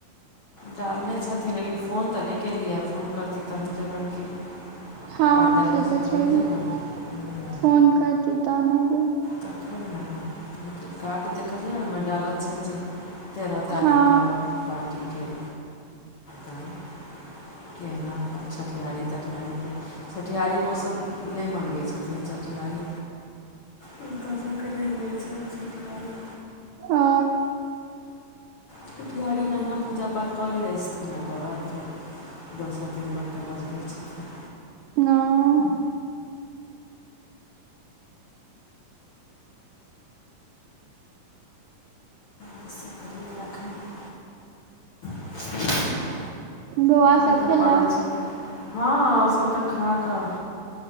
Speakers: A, on the left (about 55°); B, on the right (about 80°).
A: डालने छथिन लेकिन फोन तऽ नै केली है फोन करती तखन जेबैन कि
B: हँ
A: कार्ड डालऽसँ
B: से तऽ छैहे
A: थोड़े जेबनि
B: <inaudible> फोन करती तहने जबै
A: तखैन ना लेकिन कार्ड देखलियैये ओहिमे डालल छै जे तेरह तारीख
B: हँ
A: कऽ पार्टी केँ तऽ <inaudible> तहिना अपन छठिहारी तठिहारीके छठिहारी मे ओ सब नहि मनबै छथिन छठिहारी। हुनकर सब कऽ नै होइ छैन छठिहारी।
B: ओ
A: छठिहारी मे ओहिना पुजा पाठ कऽ लेइ जाइ छथिन ओकर बाद फेर दोसर दिन लोक कऽ बजबै छथिन।
B: नऽ
A: <unintelligible> <unintelligible>
B: बौआ
A: हम
B: सब
A: तऽ
B: खेलक
A: पड़य छलैय <inaudible> हँ ओ सब तऽ खा कऽ